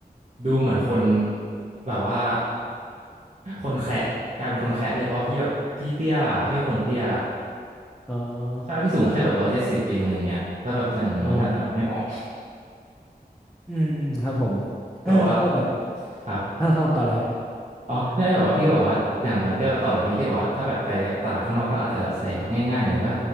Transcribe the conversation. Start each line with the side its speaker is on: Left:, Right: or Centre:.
Right: ดูเหมือนคนแบบว่าคนแคระกลายเป็นคนแคระเลยเพราะว่าพี่แบบพี่เตี้ยอะพี่เป็นคนเตี้ย
Centre: อ๋อ
Right: ถ้าพี่สูงแค่แบบร้อยเจ็ดสิบเองอะไรเงี้ยถ้าแบบแต่งงานน่าจะแบบไม่เหมาะ
Centre: อ๋ออืมอืมครับผมเออแล้วก็แบบ
Right: แบบว่า ครับ
Centre: เออครับผมต่อเลยครับ
Right: อ๋อใช่แบบว่าพี่ก็แบบว่าอย่างนั้นทีต่อจากมีที่บอกว่า ถ้าแบบไปตลาดข้างนอกก็อาจจะแบบใส่แบบง่ายๆอย่างเงี้ยก็